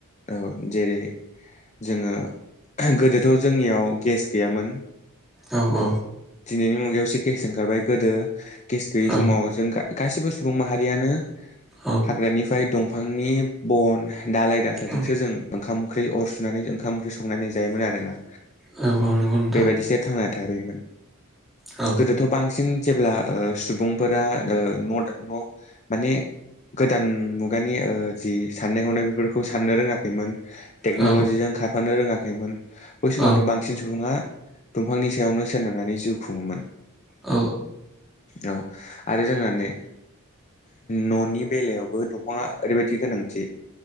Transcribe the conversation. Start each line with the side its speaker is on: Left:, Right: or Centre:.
Left: औ जेरै जोङो गोदोथ' जोंनियाव गेस गैयामोन
Centre: औ औ
Left: दिनैनि मुगायावसो गेस ओंखारबाय गोदो गेस गैयै
Centre: औ
Left: समाव जों गाैबो सुबुं माहारियानो
Centre: औ
Left: हाग्रानिफ्राय दंफांनि बन दालाय दासाजोंसो
Centre: औ
Left: जों ओंखाम ओंख्रि अर सुनानै ओंखाम ओंख्रि संनानै जायोमोन आरोना
Centre: औ औ नंगौ नोंथां
Left: बेबायदिसो थांना थाबायमोन
Centre: औ
Left: गोदोथ' बांसिन जेब्ला सुबुंफोरा न न' माने गोदान मुगानि जि साननाय हनाय बेफोरखौ साननो रोङाखैमोन टेक्न'लजिजों
Centre: औ
Left: खारफानो रोङाखैमोन बै समावथ'
Centre: औ
Left: बांसिन बांसिन सुबुङा दंफांनि सायावनो सोनारनानै जिउ खुङोमोन
Centre: औ
Left: औ आरो जोंना नै न'नि बेलायावबो दंफाङा ओरैबायदि गोनांथि